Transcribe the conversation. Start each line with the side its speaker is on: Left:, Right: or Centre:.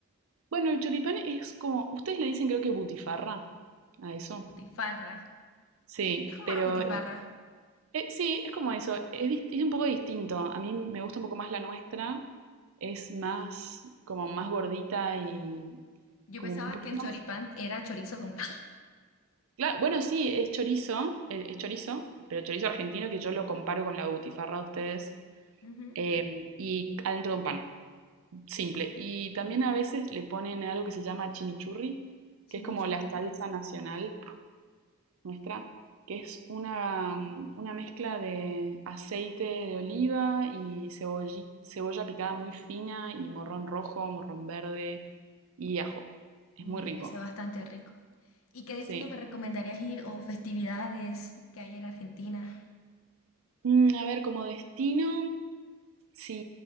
Right: Bueno, el choripán es como, ustedes le dicen creo que butifarra a eso.
Left: Butifarra.
Right: Sí,
Left: Es como
Right: pero
Left: la butifarra.
Right: Eh, sí, es como eso, es, dis- es un poco distinto. A mí me gusta un poco más la nuestra, es más como más gordita y
Left: Yo
Right: como
Left: pensaba
Right: un poquito
Left: que el
Right: más...
Left: choripán era chorizo con pan.
Right: Claro, bueno, sí, es chorizo, el- es chorizo, pero chorizo argentino que yo lo comparo con la butifarra de ustedes
Left: <laughs> Ujú.
Right: em, y adentro de un pan, simple. Y también a veces le ponen algo que se llama chimichurri, que
Left: Chimichurri.
Right: es como la salsa nacional nuestra, que es una, mm, una mezcla de aceite de oliva y cebolli- cebolla picada muy fina y morrón rojo, morrón verde y ajo. Es
Left: Uh,
Right: muy
Left: debe
Right: rico.
Left: ser bastante rico. ¿Y qué destino
Right: Sí.
Left: me recomendarías ir o festividades que hay en Argentina?
Right: Mm, a ver, como destino, si